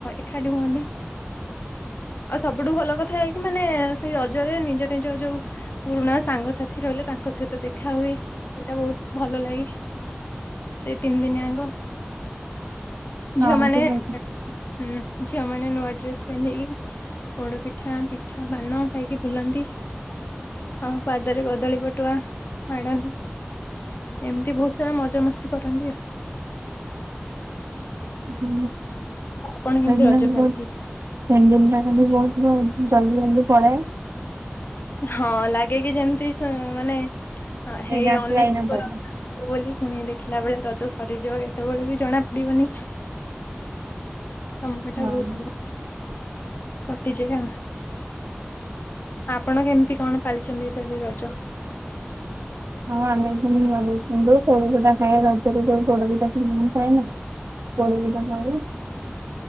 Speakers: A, on the left; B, on the right.
A: ଏଖାଟି ହୁଅନ୍ତି। ଆଉ ସବୁଠୁ ଭଲ କଥା ହେଇକି ମାନେ ସେଇ ରଜରେ ନିଜ ନିଜ ଯୋଉ ପୁରୁଣା ସାଙ୍ଗସାଥି ରହିଲେ ତାଙ୍କ ସହିତ ଦେଖା ହୁଏ ଏଇଟା ବହୁତ ଭଲ ଲାଗେ। ସେଇ ତିନି ଦିନିଆଙ୍ଗ
B: ହଁ
A: ଝିଅମାନେ
B: ସେ- ହୁଁ,
A: ହୁଁ ଝିଅ ମାନେ ନୂଆ ଡ୍ରେସ୍ ପିନ୍ଧିକି ପୋଡ଼ପିଠା ପି ଠା ପାନ ଖାଇକି ବୁଲନ୍ତି। ଆଉ ପାଦରେ କଦଳୀ ପଟୁଆ ମାଡ଼ନ୍ତି। ଏମିତି ବହୁତ ସାରା ମଜା ମସ୍ତି କରନ୍ତି ଆଉ।
B: ହୁଁ
A: ଆପଣ
B: ସେଇନାଗି
A: କେମିତି ରଜ ପାଳିଥିଲେ?
B: ବୋହୁତ <unintelligible> ବି ବୋହୁତ ବୋହୁ ଜଲ୍ଦି ଜଲ୍ଦି ପଳାଏ।
A: ହଁ ଲାଗେ କି ଯେମତି ସେ ମାନେ ଅ ହେଇ
B: ଏଇନା ଆସିଲା
A: ଅନେକର
B: ଏଇନା ପଳେଇଲା
A: ତ ବୋଲି ପୁଣି ଦେଖିଲା ବେଳେ ରଜ ସରିଯିବ କେତେବେଳେ ବି ଜଣା ପଡ଼ିବନି। ସମୟଟା
B: ହଁ।
A: ବହୁତ୍ ବ <unintelligible> ଆପଣ କେମିତି କଣ ପାଳିଛନ୍ତି ଏପାଳି ରଜ?
B: ହଁ ଆମେ ପୁଣି ନୂଆ ଡ୍ରେସ୍ ପିନ୍ଧୁ। ପୋଡ଼ ପିଠା ଖାଏ ରଜରେ ଯୋଉ ପୋଡ <unintelligible> ଖାଏ ନା। ପୋଡ଼ ପିଠା ଖାଉ।